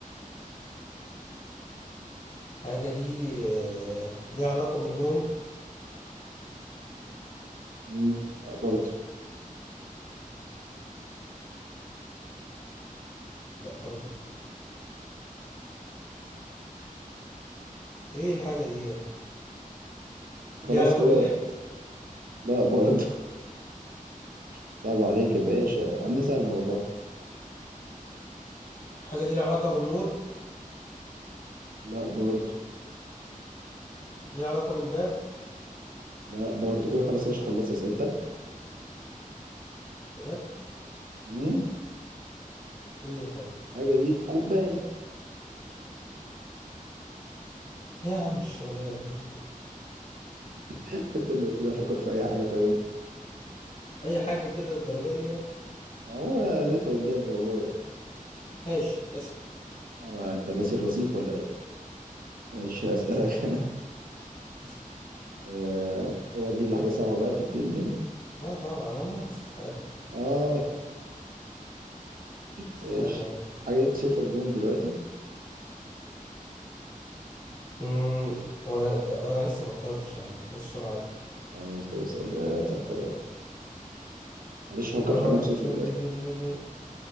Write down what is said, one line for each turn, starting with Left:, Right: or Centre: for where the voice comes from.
Left: حاجه دي آه، ليها علاقه بالنوم
Right: مم، لا برضه
Left: لا برضو ايه الحاجه دي يعني
Right: خلاص
Left: ليها علاقه
Right: كده
Left: باللبس
Right: لا برضه صعب عليك يا باشا عندنا سهلة والله
Left: حاجه دي ليها علاقه بالنور
Right: لا برضو
Left: ليها علاقه بالباب
Right: لا برضو كده خلاص يا باشا خلصت أسئلتك
Left: بجد
Right: امم
Left: ايه حاجه
Right: حاجة دي كوباية
Left: إيه يا عم الشغلانه دي
Right: <laughs> انت اللي قلت لي افكر في اي حاجة طيب
Left: اي حاجه كده الدرجه دي يعني؟
Right: ما هو لقيتها قدامي والله
Left: ماشي اسال
Right: يا ما انت ناسي الرصيف ولا ايه ماشي هسألك انا <laughs>
Left: اسال
Right: آه، اوعى تجيب لي حاجة صعبة بقى تتقل مني
Left: لا طبعا انا استحاله
Right: اه
Left: استحاله
Right: ماشي
Left: يعني.
Right: الحاجة دي انت شايفها قدامك دلوقتي
Left: امم وانا انت انا لسه ما اخترتش يا عم ايه السرعه
Right: اه ماشي طب اسأل آه، فكر يلا معلش فكر
Left: دي
Right: في حاجة انت شايفها دلوقتي